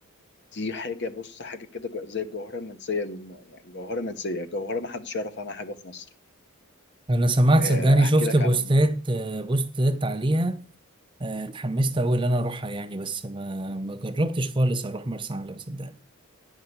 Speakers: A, on the left; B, on the right.
A: دي حاجة بص حاجة كده جو- زي الجوهرة المنسية الم- يعني جوهرة منسية جوهرة محدش يعرف عنها حاجة في مصر
B: أنا سمعت
A: آه،
B: صدقني
A: احكي
B: شفت
A: لك
B: بوستات
A: على م-
B: آه، بوستات عليها آه، اتحمست أوي إن أنا أروحها يعني بس ما ما جربتش خالص أروح مرسى علم صدقني